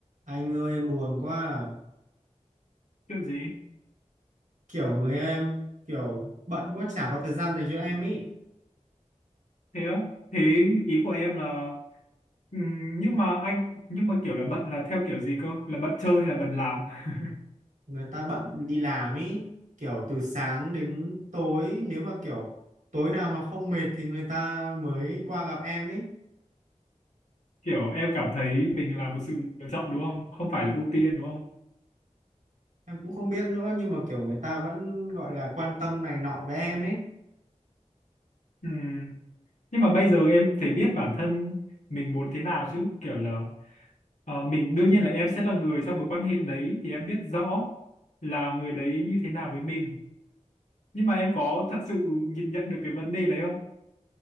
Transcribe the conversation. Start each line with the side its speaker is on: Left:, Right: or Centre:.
Right: Anh ơi em buồn quá à.
Left: chuyện gì
Right: Kiểu người em kiểu bận quá chả có thời gian dành cho em ý
Left: thế á thế ý của em là ừm, nhưng mà anh nhưng mà kiểu là bận là theo kiểu gì cơ là bận chơi hay là bận làm <laughs>
Right: Người ta bận đi làm ý Kiểu từ sáng đến tối nếu mà kiểu tối nào mà không mệt thì người ta mới qua gặp em ý
Left: kiểu em cảm thấy mình là một sự lựa chọn đúng không không phải là ưu tiên đúng không
Right: Em cũng không biết nữa nhưng mà kiểu người ta vẫn gọi là quan tâm này nọ với em ấy
Left: Ừm, nhưng mà bây giờ em phải biết bản thân mình muốn thế nào chứ kiểu là ờ, mình đương nhiên là em sẽ là người trong mối quan hệ đấy thì em biết rõ là người đấy như thế nào với mình nhưng mà em có thật sự nhìn nhận được cái vấn đề đấy không